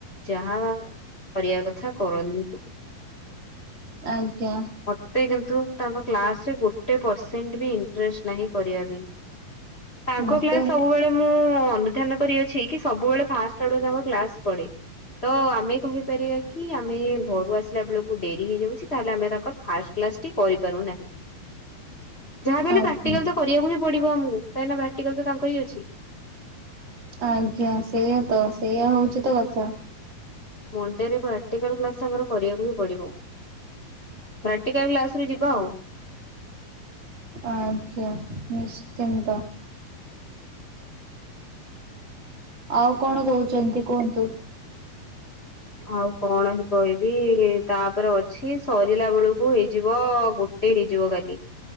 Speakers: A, on the left; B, on the right.
A: ଯାହା କରିବା କଥା କରନ୍ତୁ।
B: ଆଜ୍ଞା।
A: ମତେ କିନ୍ତୁ ତାଙ୍କ କ୍ଲାସରେ ଗୋଟେ ପରସେଣ୍ଟ ବି ଇଣ୍ଟେରେଷ୍ଟ ନାହିଁ କରିବା ପାଇଁ। ତାଙ୍କ
B: ମତେ
A: କ୍ଲାସ ସବୁବେଳେ ମୁଁ ଅନୁଧ୍ୟାନ କରିଅଛି କି ସବୁବେଳେ ଫାଷ୍ଟଆଡୁ ତାଙ୍କ କ୍ଲାସ ପଢେ। ତ ଆମେ କହିପାରିବାକି ଆମେ ଘରୁ ଆସିଲା ବେଳକୁ ଡେରି ହେଇଯାଉଛି। ତାହେଲେ ଆମେ ତା ତ୍ ଫାର୍ଷ୍ଟ କ୍ଲାସଟି କରିପାରୁନାହିଁ। ଯାହାବି ହେଲେ
B: ଆଜ୍ଞା
A: ପ୍ରାକ୍ଟିକାଲତ କରିବାକୁ ହି ପଡିବ ଆମକୁ। କାହିଁକିନା ପ୍ରାଟିକାଲ ତ ତାଙ୍କର ହିଁ ଅଛି।
B: ଆଜ୍ଞା ସେଇଆତ ସେଇଆ ହଉଛି ତ କଥା।
A: ମଣ୍ଡେରେ ପ୍ରାକ୍ଟିକାଲ କ୍ଲାସ ଆମର କରିବାକୁ ବି ପଡିବ। ପ୍ରାକ୍ଟିକାଲ କ୍ଲାସ ରେ ଯିବା ଆଉ।
B: ଆଜ୍ଞା ନିଶ୍ଚିନ୍ତ। ଆଉ କଣ କହୁଛନ୍ତି କୁହନ୍ତୁ?
A: ଆଉ କଣହିଁ କହିବି ତାପରେ ଅଛି ସରିଲା ବେଳକୁ ହେଇଯିବ ଗୋ ଟେ ହେଇଯିବ ଗଲି।